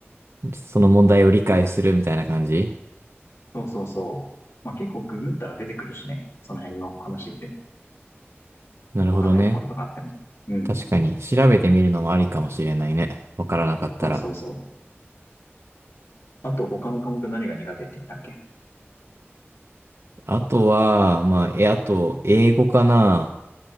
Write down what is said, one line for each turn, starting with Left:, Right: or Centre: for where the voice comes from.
Right: その問題を理解するみたいな感じ
Left: そうそうそう。まあ、結構ググったら出てくるしね。その辺の話って。
Right: なるほどね。
Left: わかんないところとかあっても。うん。
Right: 確かに、調べてみるのもありかもしれないね。わからなかったら。
Left: そうそうそう。あと、他の科目何が苦手って言ったっけ
Right: あとは、まあ、え、あと、英語かな。